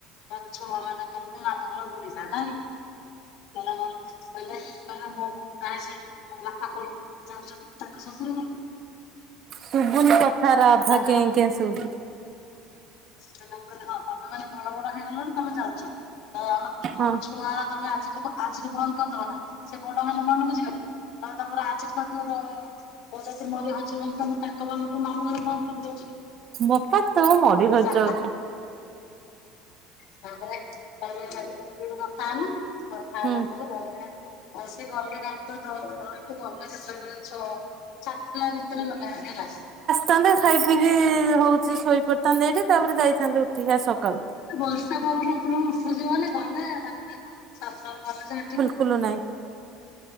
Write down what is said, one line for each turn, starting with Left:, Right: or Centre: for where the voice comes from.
Left: <unintelligible> ଛୁଆ ମାନଙ୍କର ମାମୁଁ ଘର ବୁଢିଲା ନାଇ। କହିଲ କହିଲେ କହିଲା ମୋ ବୋଉ <unintelligible> ମୋ ବାପା କଣ ଯାଉଛନ୍ତି ତାଙ୍କ ଶଶୁର ଘରକୁ।
Right: ସୁଭିନି କଥାଗୋରା ଅଧା
Left: ତାର କହିଲା
Right: କେଁ କେଁ ଶୁଭୁଛି।
Left: <unintelligible> ତମେ ମାନେ ବଡ ବଡ ହେଇଗଲଣି ତମେ ଯାଉଛ ତ ଆମେ ମୋ
Right: ହଁ
Left: ଛୁଆ ତମେ ଆଜି ଠୁ ଆଜିଠୁ ବନ୍ଦ କରିଦବ ନା ସେ ବଡ ହେଲେ ମନକୁ ଯିବେନି <inaudible> ତମର ଆଜିଠୁ ତାଙ୍କର ମୁଁ ଯଦି ମରି ହଜିଗଲି ତମେ ତାଙ୍କ ମାନ ଙ୍କୁ ମାମୁଁ ଘର ବନ୍ଦ କରିଦବ ଆଜିଠୁ।
Right: ବୋପା ତୁ ମରି ହଜିଯାଉଚୁ।
Left: ସରିଲା ତାପରେ ତାପରେ ଖାଲି ଏତିକି କଥା ହେଲା। କଥା
Right: ହୁଁ।
Left: ହେଲା ପରେ କହିଲା ଆଉ ସେ ଗଲେ ତା <unintelligible> ଛାଡିଲା ଭିତରେ ଗଲାଭରି ହେଲା।
Right: ଥାନ୍ତେ ଖାଇ ପିଇକି ହଉଛି ଶୋଇ ପଡିଥାନ୍ତେ ଏଇଠି ତାପରେ ଯାଇଥାନ୍ତେ ଉଠିକି। ଆଜି ସକାଳୁ।
Left: ବର୍ଷା ପବନ <inaudible> ଉଠୁଛି ବୋଲି ଗଲେ ତାପରେ ଶାସନ ଗଲେ ଯେ ହେଠିକି
Right: କୁଲୁ ନାହିଁ।